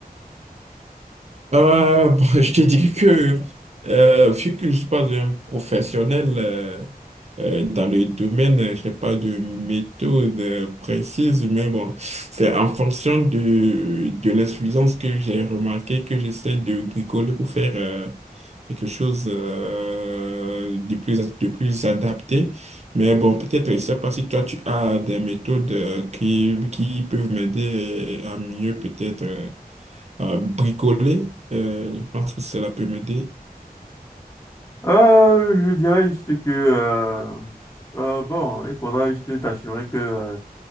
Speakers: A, on the right; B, on the left.
A: Euh, bon, <laughs> je te dis que, euh, vu que je suis pas un professionnel euh, euh, dans le domaine, euh, je n'ai pas de méthode euh, précise, mais bon, c'est en fonction de, de l'insuffisance que j'ai remarqué que j'essaie de bricoler pour faire euh, quelque chose euh, de plus, de plus adapté. Mais bon, peut-être, je ne sais pas si toi, tu as des méthodes euh, qui, qui peuvent m'aider à mieux peut-être. euh, euh, bricoler. euh, je pense que cela peut m'aider.
B: Euh, je dirais juste que euh, euh, bon, il faudra juste t'assurer que euh,